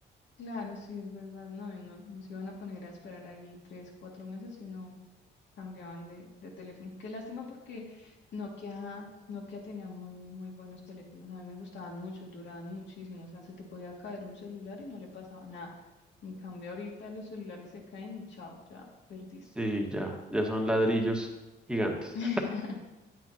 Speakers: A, on the left (about 65°); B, in the centre.
A: Claro, sí, es verdad, no, y no nos iban a poner a esperar ahí tres, cuatro meses, sino cambiaban de, de teléfono. Qué lástima porque Nokia, Nokia tenía muy, muy buenos teléfonos, a mí me gustaban mucho y duraban muchísimo, o sea, se te podía caer un celular y no le pasaba nada. En cambio, ahorita los celulares se caen y chao, ya perdiste.
B: Sí, ya, ya son ladrillos gigantes.
A: <laughs>